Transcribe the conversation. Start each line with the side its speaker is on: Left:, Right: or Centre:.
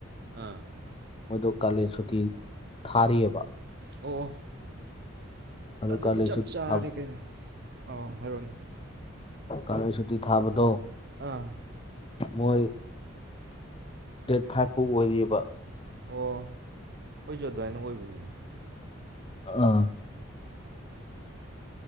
Right: ꯑꯥ
Left: ꯃꯣꯏꯗꯣ ꯀꯥꯂꯦꯟ ꯁꯨꯇꯤ ꯊꯥꯔꯤꯌ‌ꯦꯕ
Right: ꯑꯣ
Left: ꯑꯗꯨ
Right: ꯑꯗꯨꯗꯤ
Left: ꯀꯥꯂꯦꯟ
Right: ꯆꯞ
Left: ꯁꯨꯇꯤ
Right: ꯆꯥꯔꯦ
Left: ꯊꯥꯕꯗꯣ
Right: ꯀꯩꯅꯣ ꯑꯧ ꯍꯥꯏꯔꯣꯅꯦ
Left: ꯀꯥꯂꯦꯟ ꯁꯨꯇꯤ ꯊꯥꯕꯗꯣ
Right: ꯑꯥ
Left: ꯃꯣꯏ ꯗꯦꯠ ꯐꯥꯏꯚ ꯐꯥꯎ ꯑꯣꯏꯔꯤꯕ
Right: ꯑꯣ ꯈ‌ꯣꯏꯁꯨ ꯑꯗꯨꯋꯥꯏꯅ ꯑꯣꯏꯕꯅꯤꯅꯦ
Left: ꯑꯥ